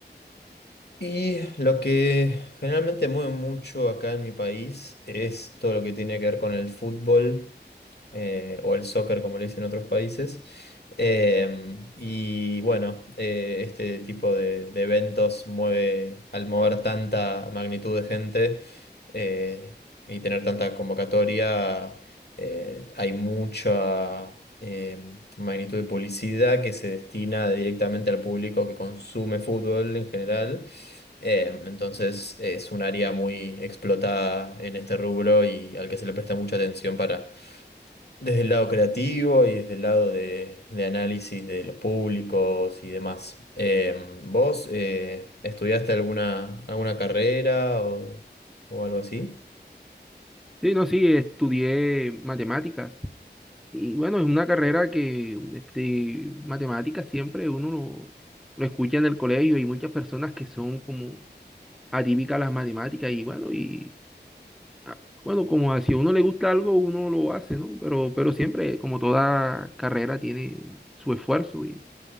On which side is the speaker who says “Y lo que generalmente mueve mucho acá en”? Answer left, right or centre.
Left